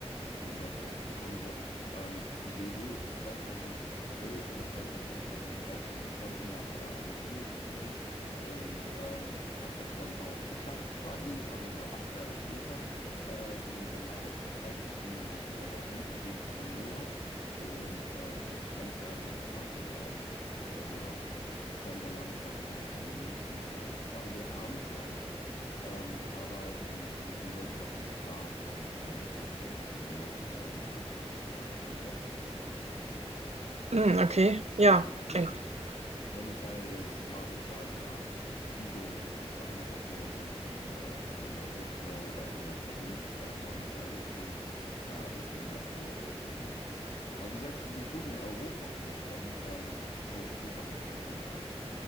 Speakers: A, on the left; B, on the right.
A: um da drauf zu kommen, so, ähm, diese Idee ist 2012 oder zwei, Anfang 2013 entstanden, nach äh, Argentinien zu fliegen. Und ähm, ich habe das dann auch geschafft <laughs> quasi, aber so acht Jahre später, äh, mir dann da auch die Zeit für zu nehmen und dann da, da hinzugehen für einen Monat. Und äh, ganz ehrlich, atemberaubend. Also von der Landschaft her, von den Menschen her. Es war ein sehr armes Land, ähm, aber die, die, die Leute lassen sich davon halt nicht wirklich runterkriegen. Du merkst es auch nicht wirklich, wenn du, wenn du dort bist.
B: Hm, okay,
A: Kann
B: ja,
A: ich wirklich empfehlen.
B: klingt gut.
A: Buenos Aires, Mar del Plata, Tigre, also alles, was so im, im äh, sagen wir mal, Sektor oder in der Provinz äh, Buenos Aires ist, äh, ist genial zu, zu besuchen. Aber du sagtest, du bist gut in Europa rumgekommen. Ähm, wo, wo warst du denn schon überall?